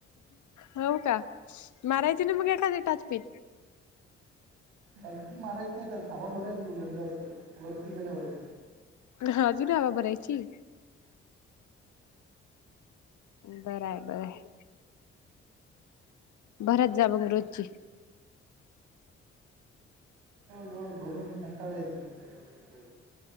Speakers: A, on the left; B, on the right.
A: हो का मारायची ना मग एखाद टाचनी.
B: टाचणी मारायच नाही त्यात, हवा भरायची उलट जास्त वरती गेला पाहिजे.
A: हा अजून हवा भरायची. बर हाय, बरं हाय. भरत जा मग रोजची.
B: दिवस भरून कंटाळा येतो म ते करायला.